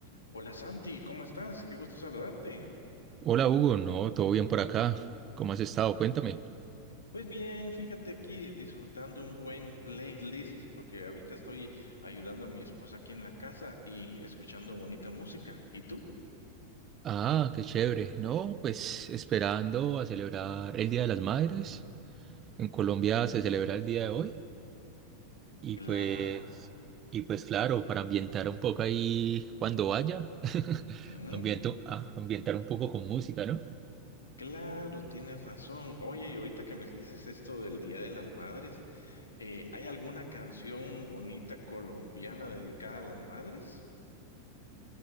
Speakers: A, on the left; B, on the right.
A: Hola Santi, ¿cómo estás? Qué gusto saludarte.
B: Hola Hugo, no, todo bien por acá. ¿Cómo has estado? Cuéntame.
A: Pues bien, fíjate aquí disfrutando un buen playlist porque ahorita estoy ayudando a mi esposa aquí en la casa y escuchando bonita música. ¿Y tú?
B: Ah, qué chévere. No, pues esperando a celebrar el Día de las Madres. En Colombia se celebra el día de hoy y
A: Claro,
B: pues y pues claro, para ambientar un poco ahí cuando vaya, <laughs>
A: mm,
B: ambiento, ah, ambientar un poco con música, ¿no?
A: claro, tienes razón. Oye, y ahorita que me dices esto del Día de las Madres, eh, ¿hay alguna canción bonita colombiana dedicada a las madres?